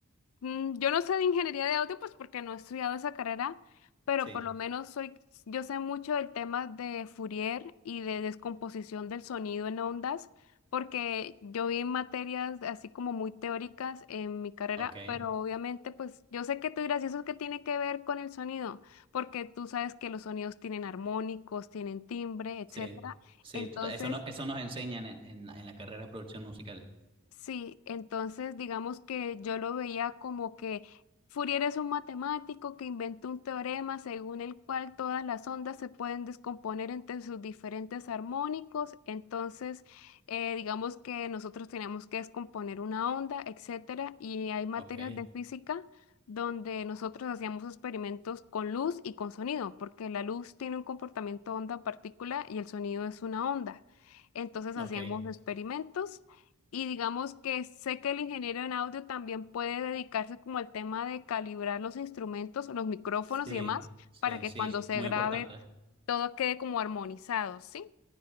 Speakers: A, on the left; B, on the right.
A: Mm, Yo no sé de ingeniería de audio, pues porque no he estudiado esa carrera, pero
B: Sí,
A: por lo menos soy, yo sé mucho del tema de Fourier y de descomposición del sonido en ondas, porque yo vi materias así como muy teóricas en mi carrera,
B: ok,
A: pero obviamente pues yo sé que tú dirás, ¿y eso qué tiene que ver con el sonido? Porque tú sabes que los sonidos tienen armónicos, tienen timbre, etcétera.
B: sí, sí,
A: Entonces...
B: tota- eso, no, eso nos enseñan en, en, la en la carrera de producción musical.
A: Sí, entonces digamos que yo lo veía como que Fourier es un matemático que inventó un teorema según el cual todas las ondas se pueden descomponer entre sus diferentes armónicos. Entonces, eh, digamos que nosotros tenemos que descomponer una onda, etcétera, y hay materias
B: Ok,
A: de física donde nosotros hacíamos experimentos con luz y con sonido, porque la luz tiene un comportamiento onda-partícula y el sonido es una onda. Entonces hacíamos
B: ok,
A: experimentos y digamos que sé que el ingeniero en audio también puede dedicarse como al tema de calibrar los instrumentos, los micrófonos
B: sí,
A: y demás,
B: sí,
A: para que
B: sí,
A: cuando
B: sí,
A: se
B: muy
A: grabe
B: importante.
A: todo quede como armonizado, ¿sí?